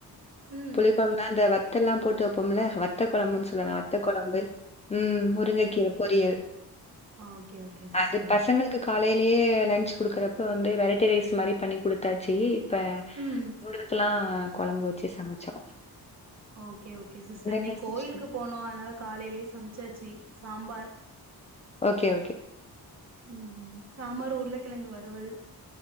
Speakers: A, on the right; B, on the left.
A: ம்
B: புளிக் கொழும்புனா அந்த வத்தல்லா போட்டு வப்போம்ல வ த்த கொழம்புன் சொல்லலா வத்த கொழம்பு ம் முருங்கக்கீர பொரியல்
A: ஆ ஓகே ஓகே சிஸ்டர்
B: அது பசங்களுக்கு காலையிலயே லன்ச் கொடுக்குறப்ப வந்து வெரைட்டி ரைஸ் மாரி பண்ணி் குடுத்தாச்சு இப்ப
A: ம்
B: <unintelligible> க்கெல்லா கொழம்பு வச்சு சமைச்சோ
A: ஓகே ஓகே சிஸ்டர்
B: அங்க
A: இன்னைக்
B: என்ன ஸ்பெஷல்
A: கோயிலுக்கு போனோ அதனால காலைலே சம்ச்சாச்சு சாம்பார்
B: ஓகே ஓகே
A: ம் ம் சாம்பார் உருளைக்கிழங்கு வருவல்